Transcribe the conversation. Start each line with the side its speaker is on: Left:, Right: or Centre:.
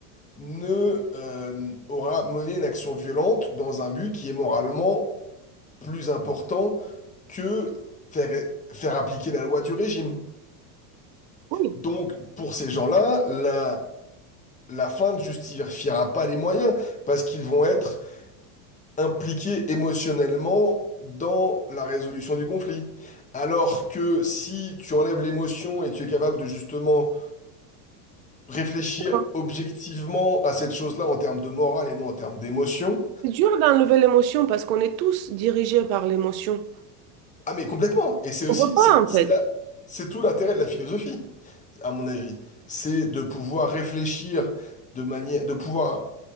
Left: ne euh, aura mené une action violente dans un but qui est moralement plus important que faire, faire appliquer la loi du régime.
Right: Oui.
Left: Donc, pour ces gens-là, la, la fin ne justifiera pas les moyens, parce qu'ils vont être impliqués émotionnellement dans la résolution du conflit. Alors que si tu enlèves l'émotion et tu es capable de justement réfléchir
Right: ça va.
Left: objectivement à cette chose-là en termes de morale et non en termes d'émotion,
Right: C'est dur d'enlever l'émotion parce qu'on est tous dirigés par l'émotion.
Left: ah mais complètement. Et c'est
Right: On
Left: aussi,
Right: peut pas,
Left: c'est
Right: en
Left: c'est
Right: fait.
Left: la- c'est tout l'intérêt de la philosophie. à mon avis. C'est de pouvoir réfléchir de manière, de pouvoir